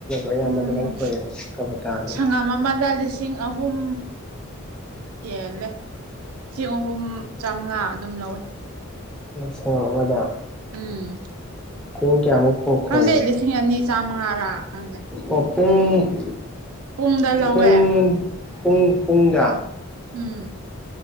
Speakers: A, in the centre; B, on the right.
A: ꯑꯌꯥꯝꯕꯒ
B: ꯎꯝ ꯎꯝ
A: ꯂꯧ ꯈꯣꯏꯌꯦꯕ ꯀꯕꯨꯇꯥꯗꯨꯅ
B: ꯁꯪꯉꯝ ꯑꯃꯗ ꯂꯤꯁꯤꯡ ꯑꯍꯨꯝ꯫ ꯍꯦꯜꯂꯦ ꯆꯦꯡ ꯑꯍꯨꯝ ꯆꯥꯝꯃꯉꯥ ꯑꯗꯨꯝ ꯂꯧꯋꯦ꯫
A: ꯁꯪꯒꯝ ꯑꯃꯗ꯫
B: ꯎꯝ
A: ꯀꯣꯝ ꯀꯌꯥꯃꯨꯛ꯫ ꯐꯥꯎ ꯈꯣꯏꯌꯦ
B: ꯈꯪꯗꯦ ꯂꯤꯁꯤꯡ ꯑꯅꯤ ꯆꯥꯝꯃꯉꯥꯔꯥ ꯈꯪꯗꯦ꯫
A: ꯑꯣ ꯄꯨꯡ
B: ꯄꯨꯡꯗ ꯂꯧꯋꯦ꯫
A: ꯄꯨꯡ ꯄꯨꯡ ꯄꯨꯡꯗ꯫
B: ꯎꯝ꯫